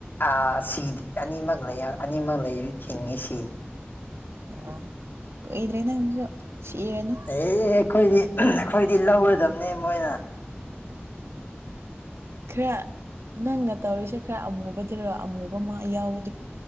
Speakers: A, on the left; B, on the right.
A: ꯑꯥ ꯁꯤꯗ꯭ꯔꯤ ꯑꯅꯤꯃꯛ ꯂꯩ ꯍꯥꯏꯔ ꯑꯅꯤꯃꯛ ꯂꯩꯔꯤ ꯍꯤꯡꯉꯤ ꯁꯤ
B: ꯑꯣ ꯀꯨꯏꯗ꯭ꯔꯦ ꯅꯪꯁꯨ ꯁꯤꯔꯅꯤ
A: ꯑꯦ ꯑꯩꯈꯣꯏꯗꯤ ꯎꯝ ꯑꯩꯈꯣꯏꯗꯤ ꯂꯧꯔꯗꯝꯅꯤ ꯃꯣꯏꯅ
B: ꯈꯔ ꯅꯪꯅ ꯇꯧꯔꯤꯁꯦ ꯈꯔ ꯑꯃꯨꯕꯗꯨꯔꯣ ꯑꯃꯨꯕ ꯃꯥ ꯌꯥꯎꯕ